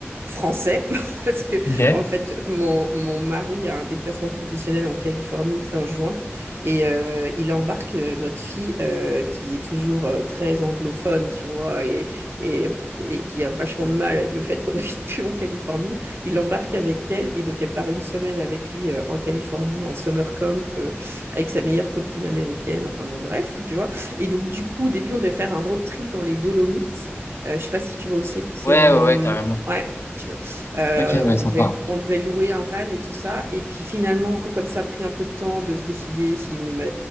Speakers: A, on the right; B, on the left.
A: français, <laughs> parce que
B: Ok. Ouais,
A: en fait, mon, mon mari a un déplacement professionnel en Californie fin juin et euh, il embarque euh, notre fille euh, qui est toujours euh, très anglophone, tu vois, et, et, et qui a vachement de mal avec le fait qu'on <laughs> habite plus en Californie. Il l'embarque avec elle et donc elle part une semaine avec lui euh, en Californie, en summer camp, euh, avec sa meilleure copine américaine, enfin bon, bref, tu vois. Et donc, du coup, au début, on devait faire un road trip dans les Dolomites. Euh, je ne sais pas si tu vois aussi. C'est
B: ouais,
A: en, en-
B: ouais, carrément.
A: Ouais, tu vois. Euh,
B: Ok, ouais,
A: on
B: sympa.
A: devait, on devait louer un van et tout ça. Et puis finalement, comme ça a pris un peu de temps de se décider si ma-